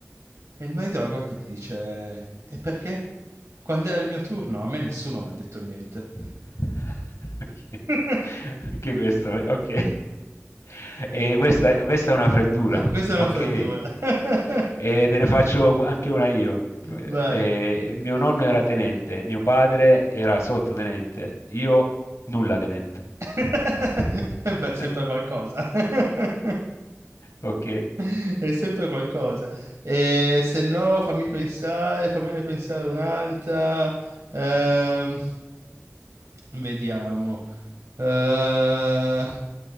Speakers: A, on the right (about 85°); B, on the left (about 80°).
A: E il marito la guarda e gli dice, e perché? Quando era il mio turno, a me nessuno mi ha detto niente.
B: <laughs> Ok.
A: <laughs>
B: Anche questo, eh, ok. E questa, è- questa è una freddura,
A: Questa è
B: ok?
A: una frattura. <laughs>
B: E te ne faccio pu- anche una io. Eh,
A: Vai.
B: mio nonno era tenente, mio padre era sottotenente, io nulla tenente.
A: <laughs>
B: <laughs>
A: E beh, sempre qualcosa. <laughs>
B: Ok.
A: È sempre qualcosa. E se no, fammi pensare, fammene pensare un'altra. Ehm, vediamo. Eh,